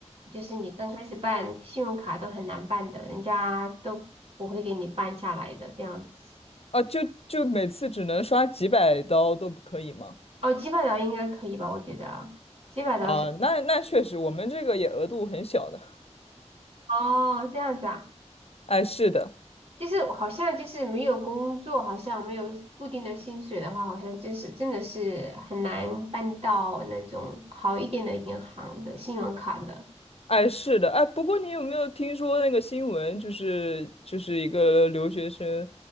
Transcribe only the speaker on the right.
就是你刚开始办信用卡都很难办的，人家都不会给你办下来的这样子。
哦，几百刀应该可以吧？我觉得几百刀是
哦，这样子啊。
就是好像就是没有工作，好像没有固定的薪水的话，好像就是真的是很难办到那种好一点的银行的信用卡的。